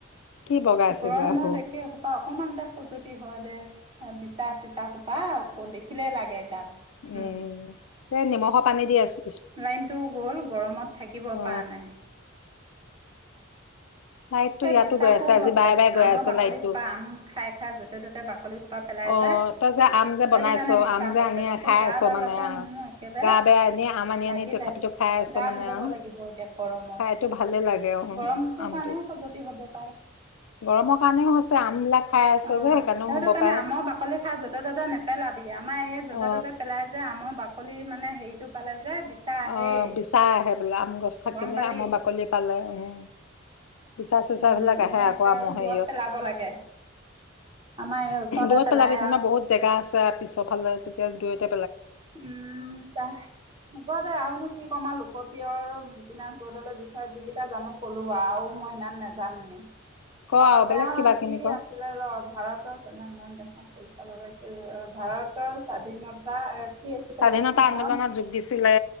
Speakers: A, on the left (about 75°); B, on the right (about 20°).
A: কি বগাইছেগৈ
B: গৰমত
A: আকৌ
B: একে সোপাহ। অকমানতে দে খজুৱতি হয় দে, বিচা চিচা সোপা দেখিলেই লাগে গাত।
A: উম।
B: মোৰ
A: সেই নিমখৰ পানী দি আছে।
B: লাইনটো গ'ল গৰমত থাকিব
A: অ
B: পৰা নাই।
A: লাইটটো
B: এই
A: ইয়াতো
B: বিচাহো
A: গৈ আছে আজি
B: গৈছে
A: বাৰে বাৰে গৈ
B: আমৰ
A: আছে
B: বাকলি
A: লাইটটো
B: সোপা আম খাই খাই যতে ত'তে বাকলি সোপা। পেলাই
A: অ
B: যে
A: তই যে, আম যে
B: সেইটো
A: বনাইছ
B: কাৰণে বিচা
A: আম যে
B: হৈছে
A: আনি
B: গোটেই
A: খাই
B: গাডালতে
A: আছ মানে আহ
B: মোৰ একেবাৰে
A: গা বেয়া আনি আম আনি
B: লাগিলে
A: আনি তথাপিতো খাই আছ
B: গা
A: মানে
B: ধুবগৈ
A: আৱ
B: লাগিব এতিয়া গৰমত
A: খাইতো ভালে লাগে অঁ
B: গৰমটোৰ
A: আমটো।
B: কাৰণেও খজুৱতি হ'ব পাৰে
A: গৰমৰ কাৰণেও হৈছে আমবিলাক। খাই আছো
B: অঁ
A: যে সেইকাৰণেও
B: সেইটো
A: হ'ব
B: কাৰণে
A: পাৰে।
B: আমৰ বাকলি খাই য'তে ত'তে নেপেলাবি। আমাৰ এইয়া যতে
A: অ
B: ততে পেলাই যে আমৰ বাক। বাকলি মানে হেৰিটো পালে। যে বিচা আহেই
A: অহ বিচা আহে বোলে আম গছ থাকিলে
B: গম পালি
A: আমৰ বাকলি পালে উম। বিচা চিচা,
B: উম,
A: বিলাক আহে আকৌ
B: একে
A: আম হেৰিয়ত
B: দূৰত পেলাব লাগে আমাৰ এই ওচৰতে
A: দূৰত
B: পেলাই
A: পেলাবি তেনে
B: আৰু
A: বহুত জেগা আছে পিছৰফালে, তেতিয়া দুৰটে।
B: উম ত হ'ব দে, আৰুনো কি কম আৰু লোকৰ। পিয়ৰ গোপিনাথ বদলৈৰ বিষয়ে যি কেইটা জানো ক'লো আৰু, মই ইমান নাজানোৱে
A: ক
B: অ
A: আৰু বেলেগ
B: তেওঁ
A: কিবা কিনি
B: কি
A: ক
B: আছিলে ৰ, ভাৰতৰ স্বাধীনতা দেশত উৎপাত হৈছিল ভাৰতৰ স্বাধীনতা, কি আছিলে
A: স্বাধীনতা
B: এই সময়ত
A: আন্দোলনত যোগ দিছিলে